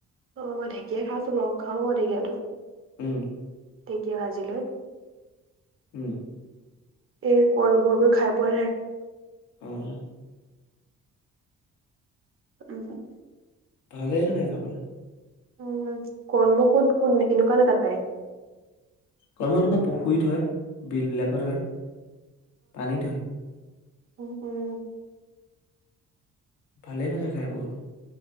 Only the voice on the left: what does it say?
উম।
উম।
উম।
ভালে নহয় খাবলৈ।
কলমৌ এনুকা পুখুৰীত হয়। বিলবিলাকত হয়। পানীত হয়।
ভালেই লাগে খাই বহুত।